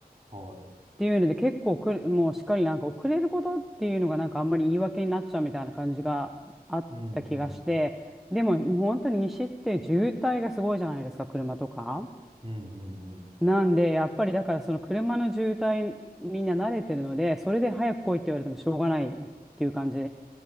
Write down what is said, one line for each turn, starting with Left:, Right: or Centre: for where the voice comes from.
Right: は
Centre: っていうので結構遅れ、もうしっかりなんか遅れることっていうのがなんかあんまり言い訳になっちゃうみたいな感じがあった気がして、
Right: い。うんうん。
Centre: でももう本当に西って渋滞がすごいじゃないですか、車とか。
Right: うんうんうん。
Centre: なんで、やっぱりだからその車の渋滞みんな慣れてるので、それで早く来いって言われてもしょうがないっていう感じ。